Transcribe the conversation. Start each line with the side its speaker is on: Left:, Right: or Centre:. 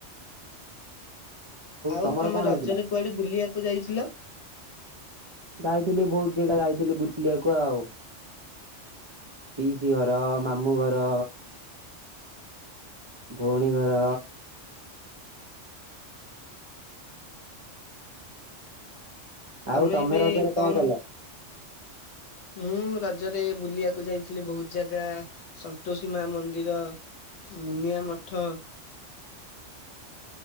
Left: ଆଉ
Right: ତମର
Left: ତମେ
Right: କଣ
Left: ରଜରେ
Right: ହେଇଥିଲା?
Left: କୁଆଡେ ବୁଲିବାକୁ ଯାଇଥିଲ?
Right: ଯାଇଥିଲି ବହୁତ ଜାଗା ଯାଇଥିଲି ବୁଲିବାକୁ ଆଉ। ପିଇସି ଘର, ମାମୁଁ ଘର। ଭଉଣୀ ଘର।
Left: ତମେ
Right: ଆଉ
Left: ଏବେ
Right: ରଜରେ
Left: କଣ?
Right: କଲ?
Left: ମୁଁ ରଜରେ ବୁଲିଆକୁ ଯାଇଥିଲି ବହୁତ ଜାଗା। ସନ୍ତୋଷୀ ମା ମନ୍ଦିର ମୁନିଆ ମଠ।